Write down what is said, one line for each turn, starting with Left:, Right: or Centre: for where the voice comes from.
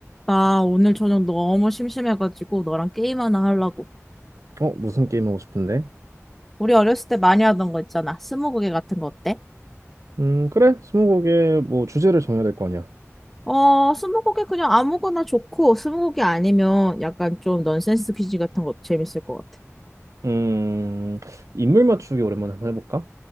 Centre: 나 오늘 저녁 너무 심심해가지고 너랑 게임 하나 하려고.
Right: 어, 무슨 게임 하고 싶은데?
Centre: 우리 어렸을 때 많이 하던 거 있잖아. 스무고개 같은 거 어때?
Right: 음, 그래. 스무고개 뭐 주제를 정해야 될 거 아니야.
Centre: 어, 스무고개 그냥 아무거나 좋고, 스무고개 아니면 약간 좀 넌센스 퀴즈 같은 거 재밌을 것 같아.
Right: 음, 인물 맞추기 오랜만에 한번 해볼까?